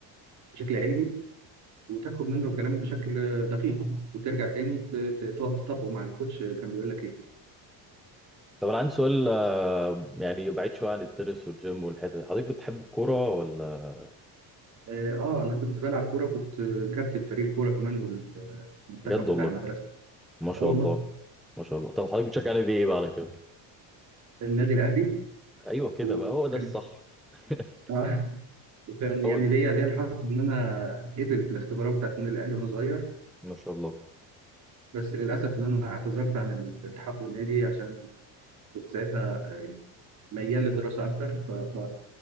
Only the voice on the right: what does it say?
بشكل علمي وتاخد منه الكلام بشكل دقيق وترجع تاني ت- ت- تقعد تطبقه مع الكوتش كان بيقول لك ايه
اه آه، انا كنت بلعب كوره كنت كابتن فريق الكوره كمان والمنتخب
بتاع
المدرسه
اه والله
النادي الاهلي
وكان
<laughs> وكان يعني
ليا ليا الحظ ان انا اتقبل في الاختبارات بتاعت النادي الاهلي وانا صغير
بس للاسف ان انا اعتذرت عن الالتحاق بالنادي عشان كنت ساعتها ميال للدراسه اكتر ف... ف...